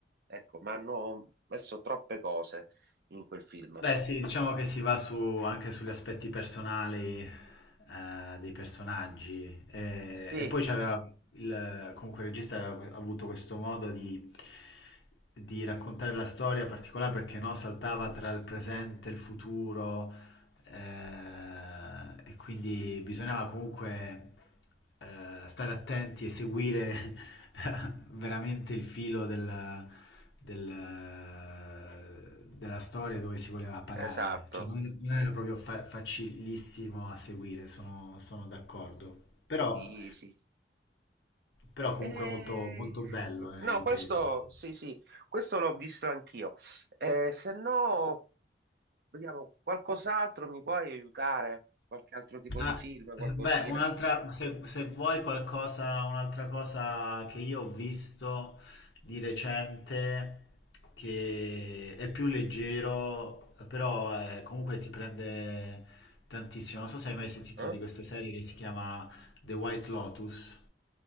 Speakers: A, on the right (about 55°); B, on the left (about 80°).
A: ecco, ma hanno messo troppe cose in quel film.
B: Beh, sì, diciamo che si va su, anche sugli aspetti personali eh, dei personaggi. E,
A: Sì,
B: e poi c'aveva il, comunque il regista aveva que- avuto questo modo di, di raccontare la storia particolare perché no, saltava tra il presente e il futuro eh, e quindi bisognava comunque eh, stare attenti e seguire <laughs> veramente il filo del- del- della storia dove si voleva parare.
A: esatto.
B: Cioè, non, non era proprio fa- facilissimo a seguire, sono, sono d'accordo. Però,
A: Sì, sì.
B: però comunque
A: Eh,
B: molto, molto bello nelle
A: No,
B: riprese,
A: questo
B: insomma.
A: sì, sì, questo l'ho visto anch'io. Eh, se no, vediamo, qualcos'altro mi puoi aiutare? Qualche altro tipo
B: Ah,
A: di film, qualcosina?
B: beh, un'altra, se, se vuoi qualcosa, un'altra cosa che io ho visto di recente, che è più leggero, però eh, comunque ti prende tantissimo. Non so se hai mai sentito
A: Ah,
B: di questa serie che si chiama The White Lotus.